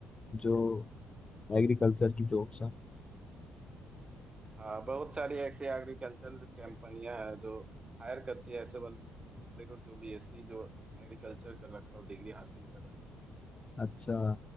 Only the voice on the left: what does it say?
जो एग्रीकल्चर की जॉब्स हैं
अच्छा